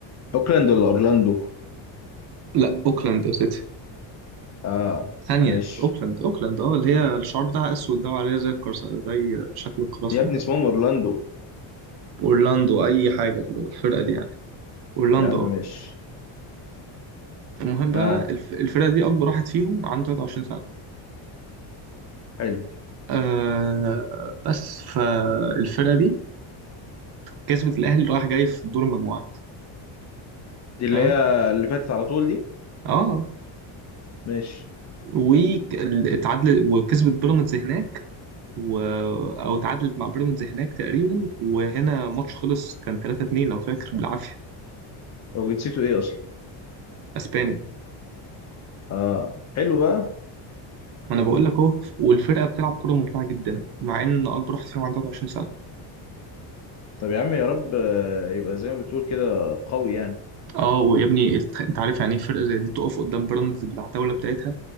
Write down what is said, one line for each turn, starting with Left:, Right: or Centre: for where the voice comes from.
Left: اوكلاند ولا اورلاندو
Right: لا أوكلاند سيتي
Left: اه
Right: ثانية
Left: ماشي
Right: اوكلاند اوكلاند اه اللي هي الشعار بتاعها اسود ده وعليه زي الكرس زي شكل القراصنة
Left: يا ابني
Right: ده
Left: اسمهم اورلاندو
Right: اورلاندو اي حاجة اللي هو الفرقة دي يعني اورلاندو
Left: يا عم
Right: اه
Left: ماشي
Right: المهم بقى
Left: اه
Right: الف- الفرقة دي اكبر واحد فيهم عنده 23 سنة
Left: حلو
Right: آه بس فالفرقة دي كسبت الاهلي رايح جاي في دور المجموعات
Left: دي اللي
Right: تمام
Left: هي اللي فاتت على طول دي
Right: اه
Left: ماشي
Right: واتعادل وكسبت بيراميدز هناك و... او اتعادلت مع بيراميدز هناك تقريبا وهنا ماتش خلص كان 3-2 لو فاكر بالعافية
Left: هو جنسيته ايه اصلا
Right: اسبانيا
Left: اه حلو بقى
Right: ما انا بقول لك اهو والفرقه بتلعب كوره ممتعه جدا مع ان اكبر واحد فيهم عنده 23 سنه
Left: طب يا عم يا رب آه، يبقى زي ما بتقول كده قوي يعني
Right: اه ويا ابني الت- <laughs> انت عارف يعني ايه فرقه زي دي تقف قدام بيراميدز بالعتاوله بتاعتها